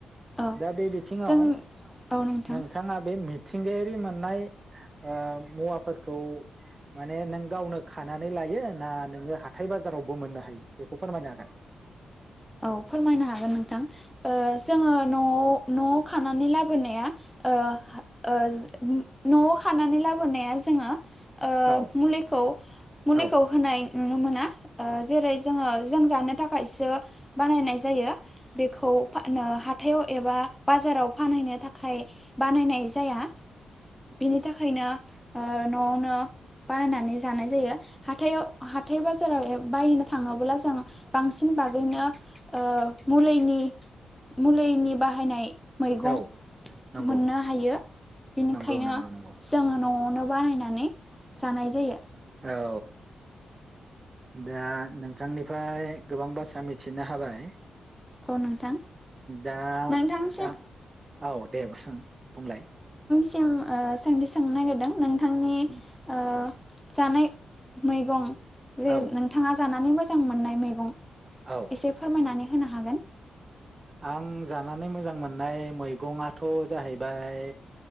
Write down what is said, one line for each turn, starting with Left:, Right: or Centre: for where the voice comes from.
Centre: औ
Right: दा बे बिथिंङाव
Centre: जों औ नोंथां
Right: नोंथांङा बे मिद थिंगायारि मोननाय ओ मुवाफोरखौ माने नों गावनो खानानै लायो ना नोंङो हाथाय बाजारावबो मोननो हायो? बेखौ फोरमायनो हागोन।
Centre: औ फोरमायनो हागोन नोंथां ओ जोंङो नआव नआव खानानै लाबोनाया ओ ओ न'आव खानानै लाबोनाया जोंङो ओ
Right: औ
Centre: मुलिखौ मुलिखौ
Right: औ
Centre: होनाय नुनो मोना ओ जेरै जोंङो जों जानो थाखायसो बानायनाय जायो बेखौ फा आ नो हाथायाव एबा बाजाराव फानहैनो थाखाय बानायनाय जाया बिनि थाखायनो ओ न'आवनो बानायनानै जानाय जायो। हाथायाव हाथाय बाजा फोराव एयाव बायनो थांङोब्ला जों बांसिन बागैनो ओ मुलैनि मुलैनि बाहायनाय मैगं
Right: औ औ नंगौ
Centre: मोननो हायो, बेनिखायनो
Right: नंगौ नंगौ नंगौ
Centre: जोंङो न' अ न'बानायनानै जानाय जायो।
Right: औ दा नोंथांनिफ्राय गोबां बाथ्रा मिथिनो हाबाय।
Centre: औ नोंथां
Right: दा
Centre: नोंथांसिम
Right: दा औ दे सों बुंलाय
Centre: सिम ओ सोंथि सोंनो नागिरदों नोंथां
Right: उम्म
Centre: ओ जानाय मैगं जे
Right: औ
Centre: नोंथांङा जानानै मोजां मोननाय मैगं
Right: औ
Centre: एसे फोरमायनानै होनो हागोन।
Right: आं जानानै मोजां मोननाय मैगंआथ जाहैबाय